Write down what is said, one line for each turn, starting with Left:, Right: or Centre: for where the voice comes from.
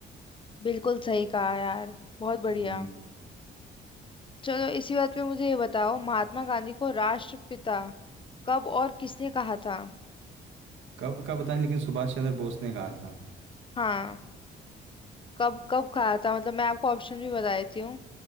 Left: बिल्कुल सही कहा यार बहुत बढ़िया
Right: हम्म
Left: चलो इसी बात पे मुझे ये बताओ महात्मा गांधी को राष्ट्रपिता कब और किसने कहा था
Right: कब का पता नहीं लेकिन सुभाष चंद्र बोस ने कहा था
Left: हाँ कब कब कहा था मतलब मैं आपको ऑप्शन भी बता देती हूँ